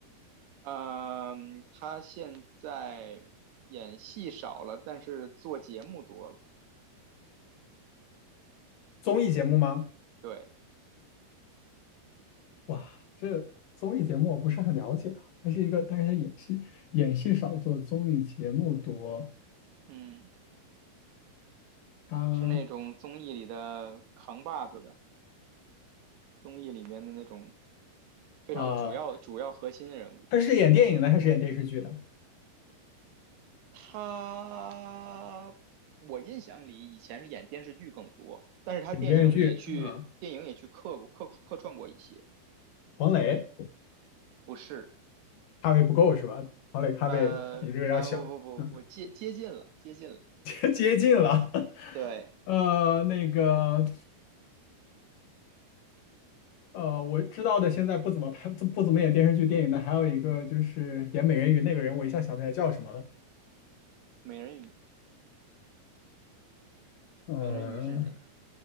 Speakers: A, on the right (about 75°); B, on the left (about 70°).
A: 嗯，他现在演戏少了，但是做节目多了。
B: 综艺节目吗？
A: 对，
B: 哇，这综艺节目我不是很了解啊。它是一个，但是他演戏演戏少，做综艺节目多。
A: 嗯，
B: 他
A: 是那种综艺里的扛把子的，综艺里面的那种非常主要主要核心人物。
B: 啊，他是演电影的还是演电视剧的？
A: 他，我印象里以前是演电视剧更多，但是他电影也去电影也去客过客客串过一些，
B: 演电视剧啊，黄磊
A: 不是，
B: 咖位不够是吧？黄磊咖位比这个要小，
A: 呃啊不不不，
B: 嗯，
A: 我接接近了，接近了，
B: <laughs> 接近了。
A: 对，
B: <laughs> 呃，那个呃，我知道的现在不怎么拍不不怎么演电视剧、电影的，还有一个就是演美人鱼那个人，我一下想不起来叫什么了。
A: 美人鱼，
B: 嗯，
A: 美人鱼是那个